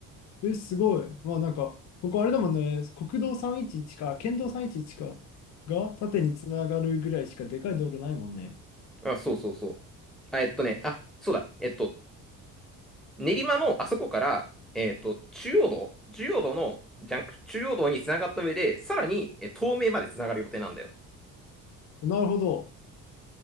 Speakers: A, on the left; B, in the centre.
A: え、すごい。まあなんか、ここあれだもんね、国道311か、県道311か、が縦に繋がるぐらいしかでかい道路ないもんね。
B: あ、そうそうそう。あ、えっとね、あ、そうだ。えっと、練馬のあそこから、えっと、中央道、中央道の、ジャンク、中央道に繋がった上で、さらに、え、東名まで繋がる予定なんだよ。
A: なるほど。